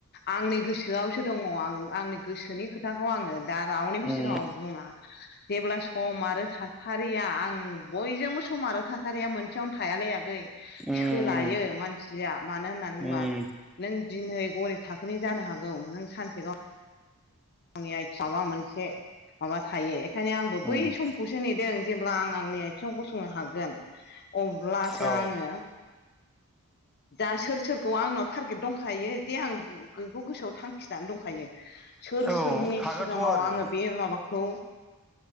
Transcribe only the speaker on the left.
आंनि गोसोआवसो दङ' आं आंनि गोसोनि खोथाखौ आङो दा रावनिबो
सिगाङाव बुङा जेब्ला सम आरो थासारिया आं बयजोंबो सम आरो थासारिया मोनसेयावनो थायालै आगै।
सोलायो मानसिया मानो होनना <unintelligible>
बा नों दिनै गरिब थाखोनि जानो हागौ नों सानसे गाव <unintelligible> माबा मोनसे माबा थायो बेखायनो आंबो बै
समखौसो नेदों जेब्ला आं आंनि आथिङाव गसंनो हागोन अब्लासो
आङो दा सोर सोरखौ आंनाव थारगेट दंखायो जे आं <unintelligible> बेखौ गोसोआव थांखिनानै दंखायो। सोर
सोरनि
सिगाङाव
आङो बे माबाखौ